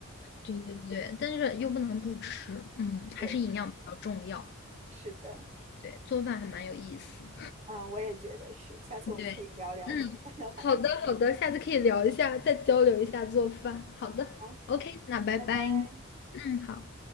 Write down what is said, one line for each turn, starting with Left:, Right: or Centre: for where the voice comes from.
Left: 对对对，但是又不能不吃，嗯，
Right: 对，
Left: 还是营养比较重要。
Right: 是的，
Left: 对，做饭还蛮有意思。
Right: 嗯，我也觉得是，下次我们可以聊聊做饭的话题。
Left: 对，嗯，好的好的，
Right: 嗯
Left: 下次可以聊一下，再交流一下做饭。好的，OK，
Right: 好，
Left: 那拜拜。
Right: 拜拜。
Left: 嗯，好。